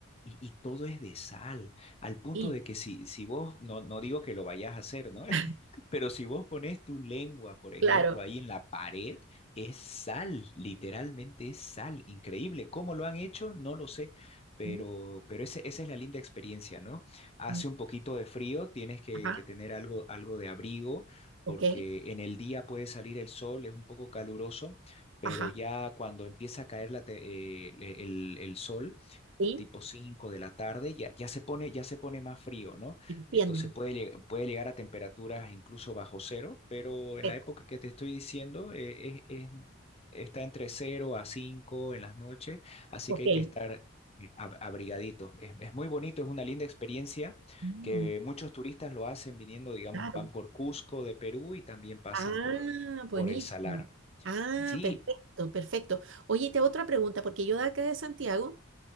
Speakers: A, on the left; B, on the right.
A: Y, y todo es de sal, al punto
B: sí.
A: de que si, si vos, no, no digo que lo vayas a hacer, ¿no?
B: <laughs>
A: Pero si vos pones tu lengua, por ejemplo,
B: Claro.
A: ahí en la pared, es sal, literalmente es sal, increíble. ¿Cómo lo han hecho? No lo sé, pero,
B: Mm,
A: pero ese- esa es la linda experiencia, ¿no? Hace
B: mm,
A: un poquito de frío, tienes que,
B: Ajá,
A: que tener algo, algo de abrigo,
B: ok.
A: porque en el día puede salir el sol, es un poco caluroso, pero
B: Ajá,
A: ya cuando empieza a caer la te- eh, le- el, el sol,
B: sí,
A: tipo 5 de la tarde, ya, ya se pone, ya se pone más frío, ¿no?
B: entiendo.
A: Entonces puede, lleg- puede llegar a temperaturas incluso bajo cero, pero en
B: Eh,
A: la época que te estoy diciendo eh, es- es- está entre cero a 5 en las noches, así
B: ok.
A: que hay que estar eh, ab- abrigaditos. Es, es muy bonito, es una linda experiencia
B: Mm,
A: que muchos turistas lo hacen viniendo, digamos,
B: claro.
A: van por Cusco de Perú y también pasan
B: Ah,
A: por,
B: buenísimo.
A: por el Salar.
B: Ah,
A: Sí,
B: perfecto, perfecto. Oye, y te hago otra pregunta, porque yo de acá de Santiago